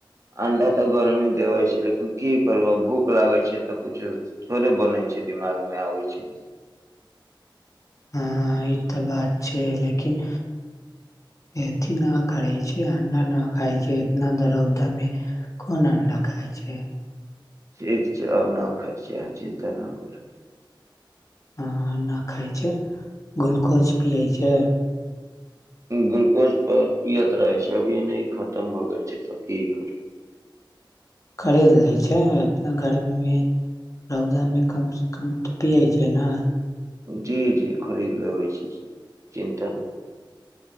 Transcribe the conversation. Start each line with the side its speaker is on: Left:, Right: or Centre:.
Right: अंडा तऽ गर्मी देबे छै लेकिन की करू भूख लागै छै तऽ कछो थोड़े बनै छै दिमागमे आबै छै।
Left: हँ ई त बात छै लेकिन अथी न करै छै अंडा न खाय छै इतना दरौदा मे कोन अंडा खाय छै।
Right: ठीक छै आब न खाइ छी अहाँ चिन्ता न करू।
Left: हँ नहि खाइ छै ग्लूकोज पियै छै।
Right: ग्लूकोज पर कियत रहा छै अभी नहि खतम भऽ गेल छै तऽ की करब
Left: खरीद जाइ छै इतना गर्मी मे। रौदा में कम से कम पिये छै। केना
Right: जी जी खरीद लेबै छी चिन्ता न कर।